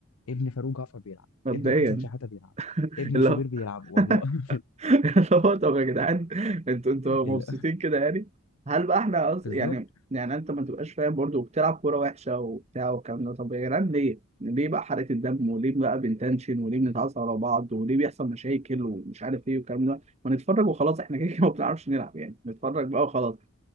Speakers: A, on the left; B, on the right.
A: ابن فاروق جعفر بيلعب
B: مبدئيا
A: ابن حسن شحاته بيلعب
B: <laughs>
A: ابن
B: اللي
A: شوبير
B: هو
A: بيلعب والله
B: <laughs>
A: <laughs>
B: اللي هو طب يا جدعان انتوا انتوا
A: ال-
B: مبسوطين كده يعني هل بقى احنا أص...
A: بالظبط
B: يعني يعني انت ما تبقاش فاهم برضه وبتلعب كوره وحشه وبتاع والكلام ده طب يا جدعان ليه؟ ليه بقى حرقة الدم وليه بقى بنتنشن وليه بنتعصب على بعض وليه بيحصل مشاكل ومش عارف ايه والكلام ده ما نتفرج وخلاص احنا كده كده ما بنعرفش نلعب يعني نتفرج بقى وخلاص